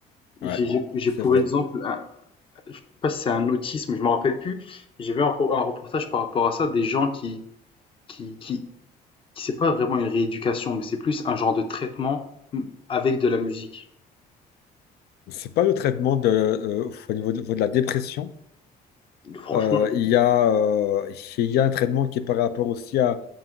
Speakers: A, on the left; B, on the left.
A: j'ai,
B: Ouais,
A: j'ai j'ai
B: c'est
A: pour
B: vrai.
A: exemple, un- je sais pas si c'est un autisme, je me rappelle plus. J'ai vu un, po- un reportage par rapport à ça, des gens qui, qui, qui, qui c'est pas vraiment une rééducation, mais c'est plus un genre de traitement mm, avec de la musique.
B: C'est pas le traitement de, euh, au niveau de, au niveau de la dépression.
A: Franchement,
B: Euh, il y a, euh, il y a un traitement qui est par rapport aussi à,